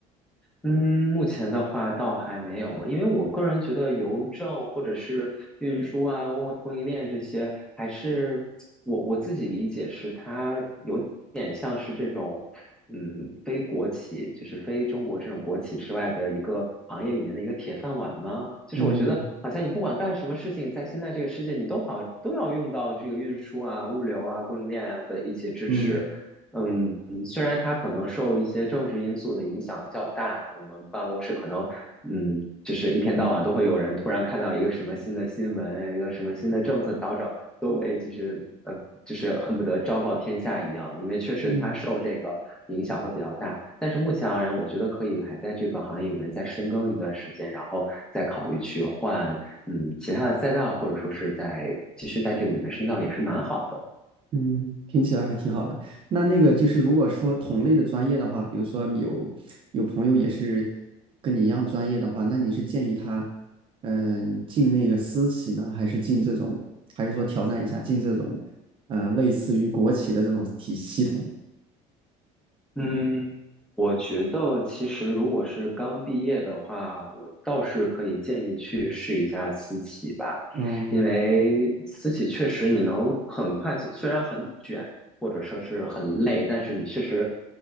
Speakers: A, in the centre; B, on the right (about 35°).
A: 嗯，目前的话倒还没有，因为我个人觉得邮政或者是运输啊、供供应链这些，还是我我自己理解是它有点像是这种，嗯，非国企，就是非中国这种国企之外的一个行业里面的一个铁饭碗吗？就是我觉得好像你不管干什么事情，
B: 嗯
A: 在现在这个世界，你都好都要用到这个运输啊、物流啊、供应链啊的一些支持。
B: 嗯
A: 嗯，虽然它可能受一些政治因素的影响较大，我们办公室可能，嗯，就是一天到晚都会有人突然看到一个什么新的新闻，一个什么新的政策调整，都会就是呃，就是恨不得昭告天下一样，因为确实它受这个影响会比较大。
B: 嗯。
A: 但是目前而言，我觉得可以还在这个行业里面再深耕一段时间，然后再考虑去换嗯其他的赛道，或者说是在继续在这个里面深造，也是蛮好的。
B: 嗯，听起来还挺好的。那那个就是，如果说同类的专业的话，比如说有有朋友也是跟你一样专业的话，那你是建议他，嗯，进那个私企呢，还是进这种，还是说挑战一下进这种，呃，类似于国企的这种体系统？
A: 嗯，我觉得其实如果是刚毕业的话，我倒是可以建议去试一下私企吧，
B: 嗯
A: 因为私企确实你能很快速，虽然很卷，或者说是很累，但是你确实